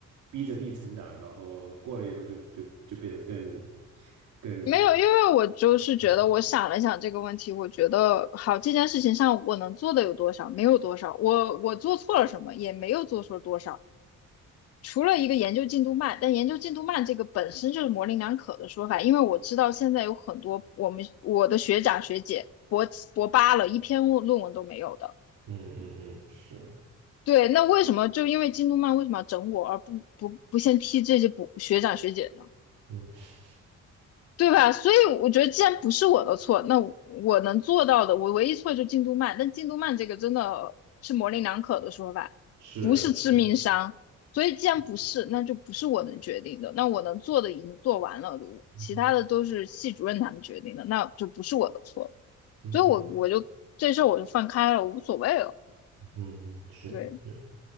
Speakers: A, on the right (about 75°); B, on the left (about 55°).
A: 逼着自己成长，然后过了以后就就就变得更更
B: 没有，因为我就是觉得我想了想这个问题，
A: 强，
B: 我觉得好这件事情上我能做的有多少，没有多少，我我做错了什么，也没有做错多少。除了一个研究进度慢，但研究进度慢这个本身就是模棱两可的说法，因为我知道现在有很多我们我的学长学姐博博八了，一篇论论文都没有的。
A: 嗯嗯嗯，是，
B: 对，那为什么就因为进度慢，为什么要整我，而不不不先批这些博学长学姐呢？
A: 嗯 <laughs>
B: 对吧？所以我觉得，既然不是我的错，那我我能做到的，我唯一错就进度慢。但进度慢这个真的是模棱两可的说法，
A: 是是
B: 不是致命伤。所以既然不是，
A: 是，
B: 那就不是我能决定的。那我能做的已经做完了，
A: 嗯哼
B: 其他的都是系主任他们决定的，那就不是我的错了。
A: 嗯哼
B: 所以我我就这事儿我就放开了，无所谓了。
A: 嗯哼是是。
B: 对，